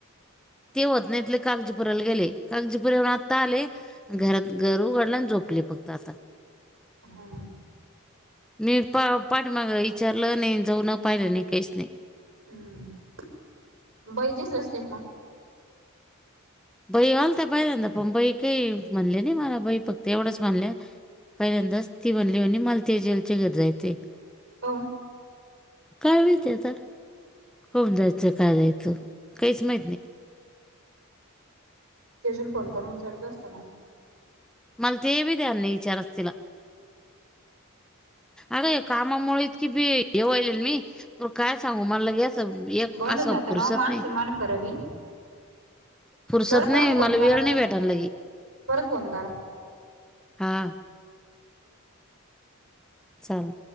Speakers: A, in the centre; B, on the right.
A: तेत इ का पराला गेले कागजीपुर आता आले
B: हम्म
A: घरात घर उघडला आणि झोपले फक्त आता
B: हा
A: मी पा पाठीमाग विचारलं नाही जाऊन पाहिलं नाही काहीच नाही
B: हम्म बहिजेस ब टेक म
A: बई घालता पहिल्यांदा पण बई काही म्हणले नाही मला बई फक्त एवढंच म्हणले पहिल्यांदाच ती बनली हो आणि मालती जलचे घर जायचे
B: पान
A: काय मिळते तर होण जायचं का दयचं काहीच माहीत नाही
B: ते अजून फोन करून विचारयचं असतं मग
A: मला तेबी द्यान नाही विचारा तीला अगं कामामुळे इतकी बी हे वाईले मी त काय सांगू मला ले अस एक
B: बनून
A: असं
B: जातं
A: पुरसत
B: ना हो माणसं
A: नाही
B: मान खरं बी
A: पुरसत
B: बरं परत
A: नाही
B: फोन
A: मला
B: करा
A: वेळ नाही भेटायला की
B: परत फोन करा
A: हां चाल